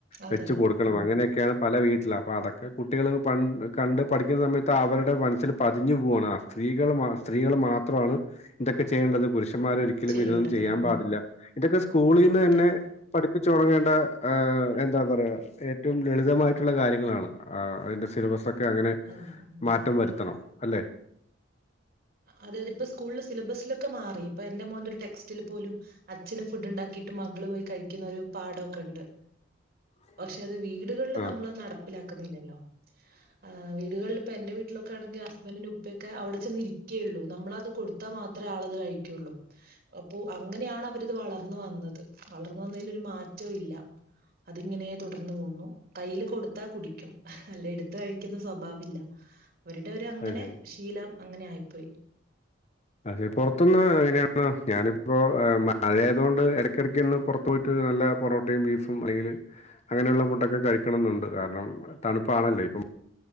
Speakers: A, on the right (about 50°); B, on the left (about 35°).
A: അതെ
B: വെച്ച് കൊടുക്കണം
A: ഉം
B: അങ്ങനെയൊക്കെയാണ് പല വീട്ടില്. അപ്പോൾ അതൊക്കെ കുട്ടികൾ പ കണ്ട് പഠിക്കുന്ന സമയത്ത് അവരുടെ മനസ്സിൽ പതിഞ്ഞു പോവാണ് ആ സ്ത്രീകൾ മാ സ്ത്രീകൾ മാത്രമാണ് ഇതൊക്കെ ചെയ്യേണ്ടത് പുരുഷന്മാരൊരിക്കലും
A: ചെയ്യേണ്ടത്
B: ഇതൊന്നും ചെയ്യാൻ
A: ഉം
B: പാടില്ല തൊക്കെ സ്ക്കൂളീന്ന് തന്നെ
A: അതെ
B: പഠിപ്പിച്ചു തുടങ്ങേണ്ട എന്താ പറയാ ഏറ്റവും ലളിതമായിട്ടുള്ള കാര്യങ്ങളാണ്. അതിന്റെ സിലബസക് ക്കെ അങ്ങനെ
A: അതെ അതെ
B: മാറ്റം വരുത്തണം. അല്ലെ
A: അതെയതെ ഇപ്പ സ്കൂൾല് സിലബസിലൊക്കെ മാറി, ഇപ്പൊ എന്റെ മോന്റൊരു ടെക്സ്റ്റില് പോലും അച്ഛന് ഫുഡ്ഡ് ണ്ടാക്കിയിട്ട് മകള് പോയി കഴിക്കുന്നൊരു പാടഒക്കെ ഉണ്ട്
B: <inaudible>
A: പക്ഷെ അത് വീടുകൾല്
B: ആഹ്
A: നമ്മളത് നട പ്പിലാക്കുന്നില്ലല്ലോ. ആ വീടുകളിലിപ്പൊ എന്റെ വീട്ടിലൊക്കെ ആണെങ്കിൽ ഹസ്ബൻഡറിന്റെ ഉപ്പൊക്കെ അവിടെ ചെന്ന് ഇരി ക്കേയെള്ളൂ. നമ്മളത് കൊടുത്താ മാത്രേ ആളത് കഴിക്കുള്ളൂ അപ്പോ അങ്ങനെയാണ് അവരിത് വളർന്ന് വന്നത് വളർന്ന് വന്നതിലൊരു മാറ്റവും ഇല്ല അതിങ്ങനേ തുടർന്ന് പോകുന്നു കയ്യിൽ കൊടുത്താ കുടിക്കും. അല്ല എടുത്ത കഴിക്കുന്ന സ്വഭാവില്ല അവരുടെ ഒരങ്ങനെ
B: അത് ശരി.
A: ശീലം അങ്ങനെ ആയിപ്പോയി
B: അതെ പുറത്തനിന്ന് എങ്ങനെയാണ് ഞാനിപ്പോ മഴയായത് കൊണ്ട് ഇടക്കിടക്കൊന്നു പുറ പോയിട്ട് നല്ല പൊറോട്ടയും ബീഫും അല്ലെങ്കിൽ അങ്ങനെയുള്ള ഫുഡൊക്കെ കഴിക്കണം എന്നുണ്ട് കാരണം തണുപ്പാണല്ലോ ഇപ്പം